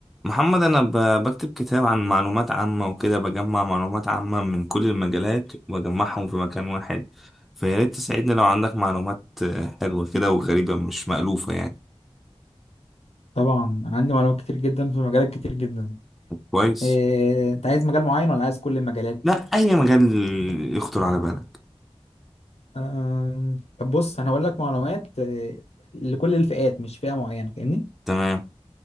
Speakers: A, in the centre; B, on the left.
A: محمد أنا ب- بكتب كتاب عن معلومات عامة وكده بجمع معلومات عامة من كل المجالات وأجمعهم في مكان واحد فيا ريت تساعدني لو عندك معلومات آه، حلوة كده وغريبة مش مألوفة يعني
B: طبعا انا عندي معلومات كتير جدا في مجالات كتير جدا
A: كويس
B: إيه، انت عايز مجال معين ولا عايز كل المجالات
A: لا أي مجال يخطر على بالك
B: آم، طب بص انا هقول لك معلومات آه، لكل الفئات مش فئة معينة فاهمني
A: تمام